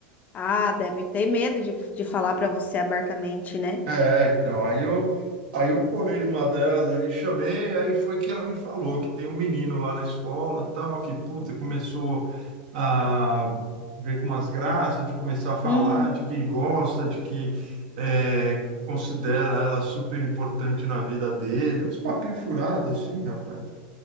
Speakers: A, on the left; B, on the right.
A: Ah, deve ter medo de, de falar pra você abertamente, né?
B: É, então, aí eu, aí eu colei numa delas ali, chamei, aí foi que ela me falou que tem um menino lá na escola, tal, que, puta, começou a ver com umas graças, de começar a falar,
A: Hum,
B: de que gosta, de que é, considera ela super importante na vida dele, uns papinhos furados, assim, rapaz.